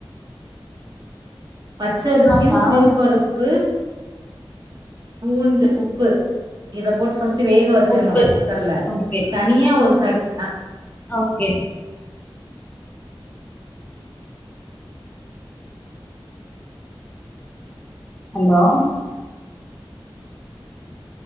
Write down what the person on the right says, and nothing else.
பச்சரிசியும்
சிறுபருப்பு பூண்டு உப்பு இத போட்டு ஃபஸ்ட் வேக வச்சிருங்க
குக்கர்ல
த னியா ஒரு த